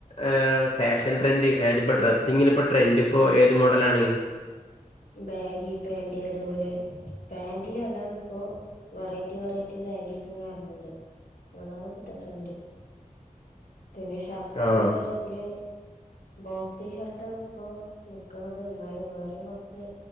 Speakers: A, on the left (about 50°); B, on the left (about 90°).
A: എ ഫാഷൻ ട്രൻഡ് അതായതിപ്പോ ഡ്രസ്സിങ്ങിലിപ്പോ ട്രെൻഡ്. ഇപ്പോ ഏത് മോഡലാണ്?
B: ബാഗി പാന്റ് അതുപോലെ പാന്റില് അതാണ്പ്പോ. വെറൈറ്റി വെറൈറ്റി ബാഗീസിങ്ങനെ ഇറങ്ങ്ണ്ട് അതാണിപ്പത്തെ ട്രൻഡ്. പിന്നെ ഷർട്ടിന്റെ
A: ആഹ്
B: കാര്യത്തില് ബോക്സി ഷർട്ടാണ്പ്പോ. ക്ക്ണത് എന്നാലും വേറെയും കൊറ്ച്ച്